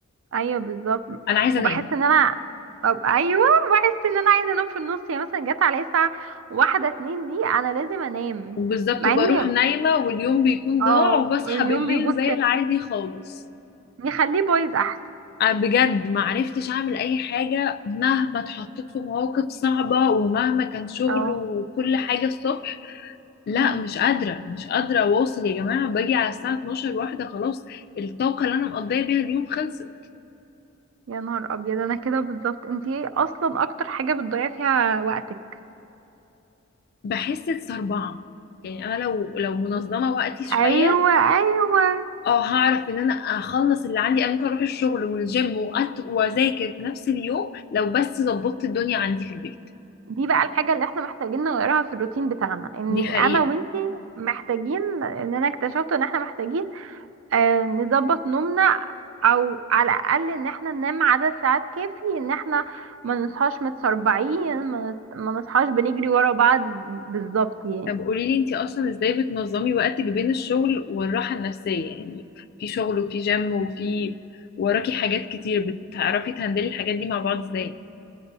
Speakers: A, on the right; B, on the left.
A: ايوه بالظبط
B: انا عايزه
A: وبحس
B: انام
A: ان انا طب ايوه بحس ان انا عايزه انام في النص يعني مثلا جت عليا الساعه واحدة اتنين دي انا لازم انام
B: بالظبط
A: مع
B: وبروح
A: اني
B: نايمه واليوم بيكون
A: اه
B: ضاع وبصحى
A: اليوم
B: بالليل
A: بيبص
B: زي العادي خالص
A: نخليه بايظ احسن
B: أنا بجد ما عرفتش اعمل اي حاجه مهما اتحطيت في مواقف صعبه ومهما كان شغل
A: اه
B: وكل حاجه الصبح لا
A: مم.
B: مش قادره مش قادره اواصل يا جماعه باجي على الساعه 12 واحده خلاص الطاقه اللي انا مقضيه بيها اليوم خلصت
A: يا نهار ابيض انا كده بالظبط انتي ايه اصلا اكتر حاجه بتضيع فيها وقتك
B: بحس بصربعه يعني انا لو لو منظمه وقتي شويه
A: ايوه ايوه
B: اه هعرف ان انا اخلص اللي عندي انا ممكن اروح الشغل والجيم وأت... واذاكر في نفس اليوم لو بس ظبطت الدنيا عندي في البيت
A: دي بقى الحاجه اللي احنا محتاجين نغيرها في الروتين بتاعنا اني
B: دي حقيقة
A: انا وانتي محتاجين ان انا اكتشفت ان احنا محتاجين آه نظبط نومنا او على الاقل ان احنا ننام عدد ساعات كافي ان احنا ما نصحاش متسربعين ما نص- ما نصحاش بنجري ورا بعض بالظبط يعني
B: طب قولي لي انتي اصلا ازاي بتنظمي وقتك بين الشغل والراحة النفسية يعني في شغل وفي جيم وفي وراكي حاجات كتير بتعرفي تهندلي الحاجات دي مع بعض ازاي